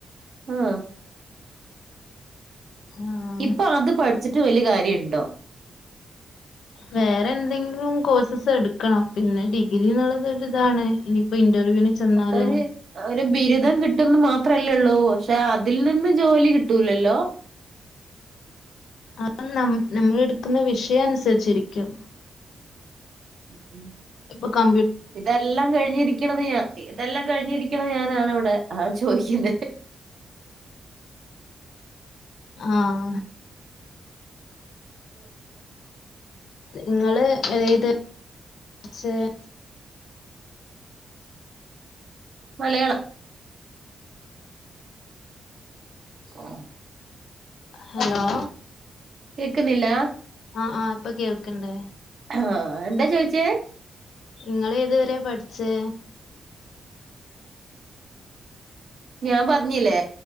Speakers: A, on the right; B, on the left.
A: ആഹ
B: ആഹ്
A: ഇപ്പൊ അത് പഠിച്ചിട്ട് വലിയ കാര്യണ്ടോ
B: വേറെ എന്തെങ്കിലും കോഴ്സസ് എടുക്കണം പിന്നെ ഡിഗ്രി ന്ന്ള്ളതൊര് താണ് ഇനിയിപ്പോ- ഇന്റർവ്യുന് ചെന്നാലോ
A: അപ്പൊ ഒരു ഒരു ബിരുദം കിട്ടുന്ന് മാത്രല്ലൊള്ളൂ പക്ഷെ അതിൽ നിന്ന് ജോലി കിട്ടൂലല്ലോ
B: ആ നം നമ്മൾെടുക്കുന്ന വിഷയം അനുസരിച്ചിരിക്കും
A: ഉം
B: ഇപ്പൊ ക-
A: ഇതെല്ലാം കഴിഞ്ഞിരിക്ക്ണത് ഞാ ഇതെല്ലാം കഴിഞ്ഞിരിക്കണ ഞാനാണവിടെ ആ ചോദിക്കുന്നത്
B: ആഹ
A: <inaudible>
B: നിങ്ങള് ഏത് വരെ പഠിച്ചത്
A: മലയാളം ആഹ
B: ഹലോ
A: കേക്കുന്നില്ല
B: ആഹ് ആഹ് ഇപ്പൊ കേൾക്ക്ണ്ട്
A: ആഹ എന്താ ചോയിച്ചേ
B: നിങ്ങള് ഏതുവരെ പഠിച്ചേ
A: ഞാൻ പറഞ്ഞില്ലേ